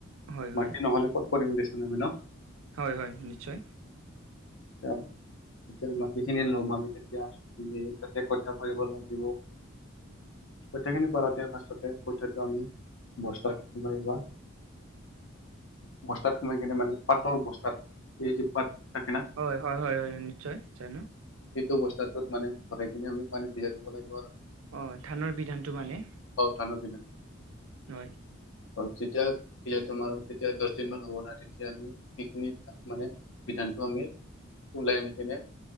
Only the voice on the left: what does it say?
মাটি নহ'লে ক'ত কৰিম দেছোন আমি ন।
এতিয়া <unintelligible> মাটিখিনি লম আমি তেতিয়া, আমি তাতো ক'ত <unintelligible> কৰিব লাগিব। গোটেইখিনি কৰতে পাছতে কঠয়াটো আমি বস্তাত সোমাই বা বস্তাত সোমাই কেনে, মানে- পাতল বস্তাত, সেইযে পাত থাকে না
সেইটো অৱস্থাটোত মানে ভৰাই কেনে, আমি পানী তিয়াই থব লাগিব আৰ।
অহ। ধানৰ বিধানটো।
হয়। যেতিয়া <unintelligible> তোমাৰ তেতিয়া দছ দিন মান হব নহয়, তেতিয়া আমি সেইখিনি মানে বিধানটো আমি ওলাই আনি কিনে,